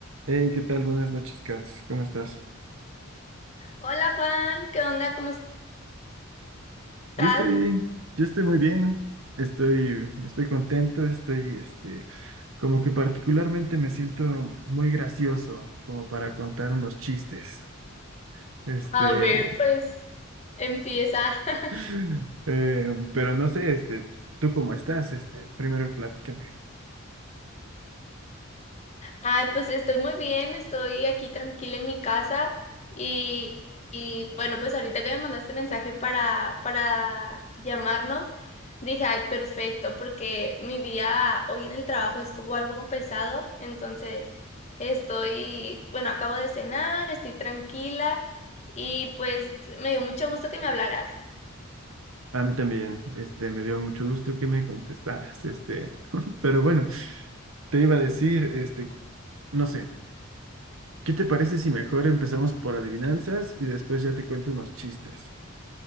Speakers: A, on the right (about 75°); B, on the left (about 30°).
A: Hey, ¿qué tal? Buenas noches, Cas. ¿Cómo estás?
B: Hola Juan, ¿qué onda? ¿Cómo
A: Yo
B: estás?
A: estoy, yo estoy muy bien. Estoy, estoy contento. Estoy, este, como que particularmente me siento muy gracioso, como para contar unos chistes. Este,
B: A ver, pues empieza. <laughs>
A: <laughs> eh, pero no sé, este, ¿tú cómo estás? Este, primero platícame.
B: Ay, pues estoy muy bien, estoy aquí tranquila en mi casa y, y, bueno, pues ahorita que me mandaste mensaje para, para llamarnos, dije, ay, perfecto, porque mi día hoy en el trabajo estuvo algo pesado, entonces estoy, bueno, acabo de cenar, estoy tranquila y pues me dio mucho gusto que me hablaras.
A: A mí también, este, me dio mucho gusto que me contestaras, este, <laughs> pero bueno, te iba a decir, este, no sé. ¿Qué te parece si mejor empezamos por adivinanzas y después ya te cuento unos chistes?